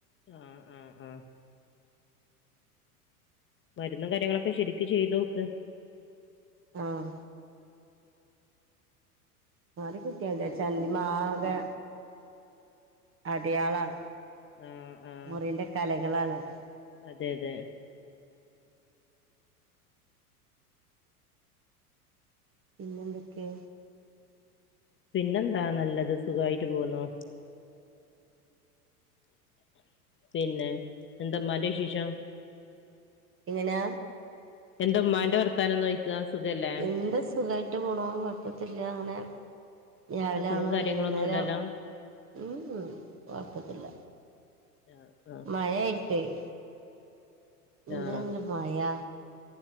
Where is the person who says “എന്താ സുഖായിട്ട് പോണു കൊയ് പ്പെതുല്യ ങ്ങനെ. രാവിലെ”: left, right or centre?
Right